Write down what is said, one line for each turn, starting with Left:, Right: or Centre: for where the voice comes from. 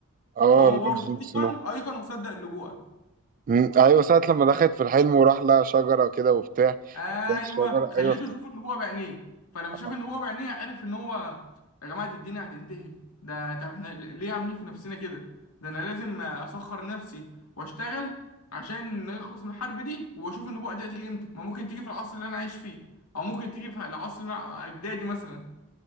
Right: آه
Left: فهو
Right: لورد
Left: برضه
Right: جون
Left: ايقن
Right: سنو
Left: ايقن مصدق النبوءه
Right: مم. أيوة ساعة لما دخلت في الحلم وراح لها شجرة وكده وبتاع
Left: ايوه
Right: لقى الشجرة
Left: خليته
Right: أيوة افتكرت.
Left: يشوف النبوه بعينيه فلما شاف
Right: آه.
Left: النبوه بعينيه عرف ان هو يا جماعه دي الدنيا هتنتهي ده طب احنا ل- ليه عاملين في نفسنا كده ده انا لازم اسخر نفسي واشتغل عشان نخلص من الحرب دي واشوف النبوه دي هتيجي امتى ما ممكن تيجي في العصر اللي انا عايش فيه او ممكن تيجي في العصر مع اجدادي مثلا